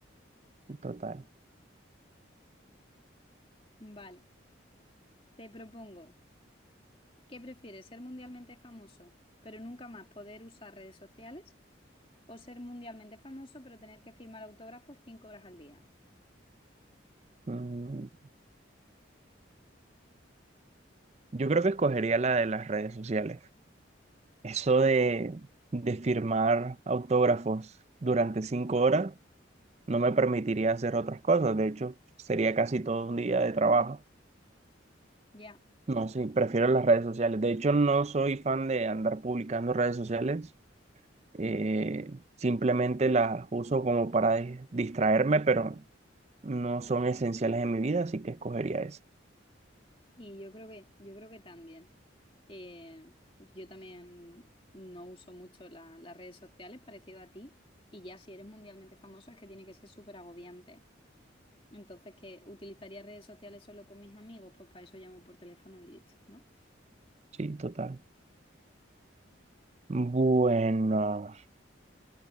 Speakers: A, on the right; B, on the left.
A: Total.
B: <laughs> Vale, te propongo, ¿qué prefieres? ¿Ser mundialmente famoso, pero nunca más poder usar redes sociales? ¿O ser mundialmente famoso, pero tener que firmar autógrafos cinco horas al día?
A: Mm, Yo creo que escogería la de las redes sociales. Eso de, de firmar autógrafos durante cinco horas no me permitiría hacer otras cosas. De hecho, sería casi todo un día de trabajo.
B: Ya.
A: No, sí, prefiero las redes sociales. De hecho, no soy fan de andar publicando redes sociales. Eh, simplemente las uso como para dis- distraerme, pero no son esenciales en mi vida, así que escogería eso.
B: Y yo creo que, yo creo que también. Eh, yo también no uso mucho la- las redes sociales, parecido a ti, y ya si eres mundialmente famoso es que tiene que ser súper agobiante. Entonces, que utilizaría redes sociales solo con mis amigos, pues para eso llamo por teléfono y listo, ¿no?
A: Sí, total. Bueno,